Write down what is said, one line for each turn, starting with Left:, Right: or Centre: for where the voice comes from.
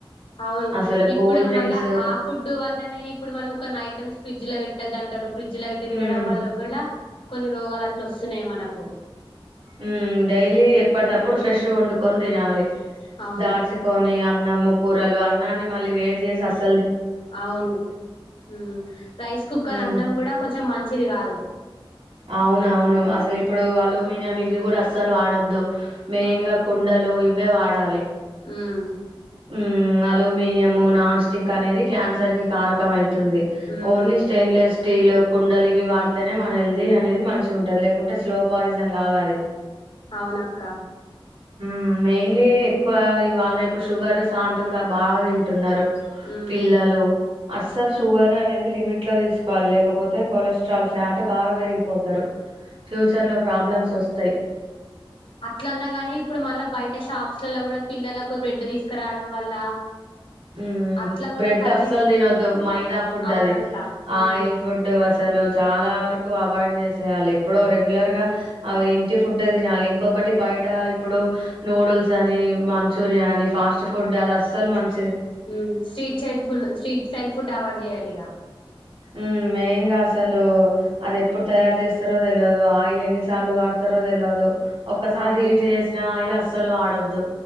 Left: అవును,
Right: అసలు
Left: ఇప్పుడు
Right: కూల్ డ్రింక్స్
Left: మళ్ల, ఆ ఫుడ్డు వల్లనే ఇఫ్. ఇప్పుడు మనం కొన్ని ఐటమ్స్, ప్రీజ్ లో పెట్టద్ద అంటారు. ఫ్రిడ్జ్ పెట్టి తినడం
Right: మ్మ్
Left: వల్ల కూడా, కొన్ని రొ. పొగరు అట్లు వొస్తున్నాయి, మనకు.
Right: ఉ డైలీ ఎప్పటికప్పుడు
Left: హ్మ్.
Right: ఫ్రెష్ వండుకొని తినాలి
Left: అవును
Right: దాచుకొని ఆ అన్నము కూరలు అన్నాన్ని మళ్ళీ వేడి చేసి అస్
Left: అవును ఉ రైస్ కుక్కర్
Right: మ్మ్
Left: అన్నం కూడా కొంచెం మంచిది గాదు
Right: అవును అవును అసలు ఇప్ ఇప్పుడు అల్యూమినియం ఇవి కూడా అస్ అసలు వాడవద్దు మెయిన్
Left: అవును
Right: గా కుండలు ఇవే వాడాలి
Left: ఉమ్
Right: ఉ అలూమినియమ్ నాన్ స్టిక్ అనేది క్యాన్సర్ కి కారకమైంది తుంది
Left: ఉమ్
Right: ఓన్లీ స్టెయిన్లెస్ స్టీల్ కుండలు ఇవి వాడితేనే మన హెల్ అది అనేది మంచిగుంటది లేకుంటే స్లో పాయిజన్ లాగా అది
Left: అవును అక్క
Right: ఉ మెయిన్లీ ఎక్కువ ఇవాళ రేపు షుగర్ సాల్ట్ కూడా బాగా తింటున్నారు
Left: ఉమ్
Right: పిల్లలు అస్సలు షుగర్ అనేది లిమిట్ లో తీసుకోవాలి లేకపోతే కొలెస్ట్రాల్ ఫ్యాట్ బాగా పెరు పెపోతారు ఫ్యూచర్ లో ప్రాబ్లమ్స్ వస్తాయి
Left: అట్ల అన్నా గాని ఇప్పుడు మళ్ళా బయట షాప్స్ లల్లా గుడా పిల్లలకు బ్రెడ్ తీసుకురావడం వల్ల
Right: ఉ
Left: అట్లా కూడా
Right: బ్రెడ్
Left: కల్తీ
Right: అస్సలు దినోద్దు మైదా ఫుడ్
Left: అవునక్క
Right: అది ఆయిల్
Left: ఉమ్
Right: ఫుడ్ అస్ అసలు చాలా వరకు అవాయిడ్ చేసేయాలి ఎ ఎప్పుడో రెగ్యులర్గా
Left: అవును
Right: అవి ఇంటి ఫుడే తినాలి ఇంకొకటి బయట ఇప్పుడు నూడుల్స్ అని మంచూరియా అని ఫాస్ట్ ఫుడ్ అది అస్సలు మన్
Left: ఉ street side full street style food avoid చేయాలి ఇగా
Right: ఉ మెయిన్గా అసలు అది ఎప్పుడు తయారు చేస్తారో తెలువదు ఆయిల్ ఎన్నిసార్లు వాడుతారో తెలువదు ఒక్కసారి
Left: అవునక్క
Right: హీట్ ఏసినా ఆయిల్ అస్ అస్సలు వాడద్దు